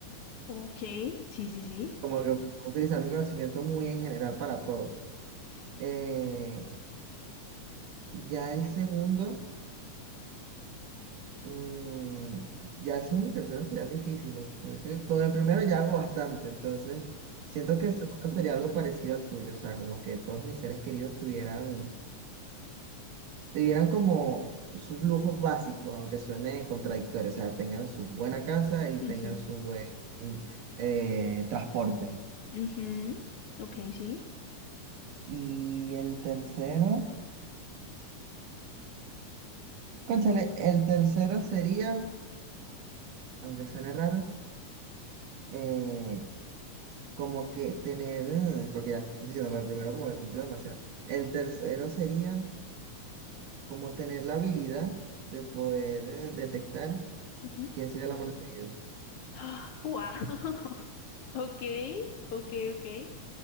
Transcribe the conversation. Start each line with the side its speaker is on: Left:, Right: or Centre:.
Left: ok, sí, sí, sí.
Right: Como que Sí. utilizar mi conocimiento muy en general para todo. Eh, ya el segundo, mm, ya el segundo y tercero serían difíciles, porque es que con el primero ya hago bastante, entonces siento que el segundo sería algo parecido al tuyo, o sea, como que todos mis seres queridos tuvieran Debieran como sus lujos básicos, aunque suene contradictorio, o sea, tengan su buena casa y
Left: Ujú,
Right: tengan su buen mm, eh, transporte.
Left: ujú, Ok, sí.
Right: Y el tercero, cónchale, el tercero sería, aunque suene raro, eh, como que tener, eh, porque ya te estoy diciendo que el primero como que cumplo demasiado. El tercero sería como tener la habilidad de poder eh, detectar
Left: Ujú.
Right: quién sería el amor de mi vida.
Left: <gasps> ¡Wow! <laughs> Ok, ok, ok.